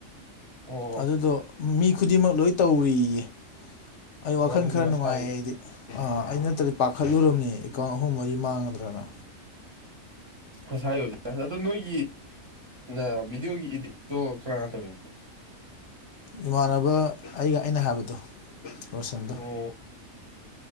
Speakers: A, on the right; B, on the left.
A: ꯑꯣ
B: ꯑꯗꯨꯗꯣ ꯃꯤ ꯈꯨꯗꯤꯡꯃꯛ ꯂꯣꯏ ꯇꯧꯔꯤꯌꯦ ꯑꯩ
A: ꯑꯣ
B: ꯋꯥꯈꯜ
A: ꯑꯗꯨꯗꯤ
B: ꯈꯔ
A: ꯃꯁꯥꯒꯤ
B: ꯅꯨꯡꯉꯥꯏꯌꯦ ꯑꯩꯗꯤ ꯑꯥ ꯑꯩ ꯅꯠꯇ꯭ꯔꯗꯤ ꯄꯥꯈꯠꯂꯨꯔꯕꯅꯦ ꯑꯦꯀꯥꯎꯟ ꯑꯍꯨꯝ ꯃꯔꯤ ꯃꯥꯡꯉꯗ꯭ꯔꯅ
A: ꯉꯁꯥꯏ ꯑꯣꯗꯣꯏ ꯑꯗꯨ ꯅꯣꯏꯒꯤ ꯅꯥ ꯚꯤꯗꯤꯑꯣꯒꯤ ꯏꯗꯤꯠꯇꯣ ꯀꯅꯅꯥ ꯇꯧꯋꯤꯅꯣ
B: ꯏꯃꯥꯟꯅꯕ ꯑꯩꯒ ꯑꯩꯅ ꯍꯥꯏꯕꯗꯣ ꯔꯣꯁꯟꯗꯣ
A: ꯑꯣ